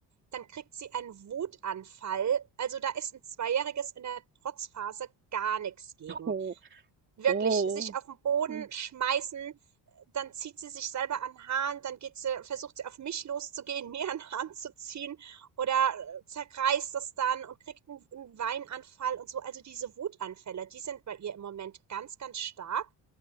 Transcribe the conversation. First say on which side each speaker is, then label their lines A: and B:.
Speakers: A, on the right; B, on the right.
A: dann kriegt sie einen Wutanfall. Also, da ist ein Zweijähriges in der Trotzphase gar nichts gegen.
B: Oh.
A: Wirklich,
B: Oh.
A: sich auf den Boden
B: Hm.
A: schmeißen, dann zieht sie sich selber an 'n Haaren, dann geht sie versucht sie auf mich loszugehen, <laughs> mir an den Haaren zu ziehen oder, äh, zerreißt es dann und kriegt einen 'n Weinanfall und so. Also, diese Wutanfälle, die sind bei ihr im Moment ganz, ganz stark.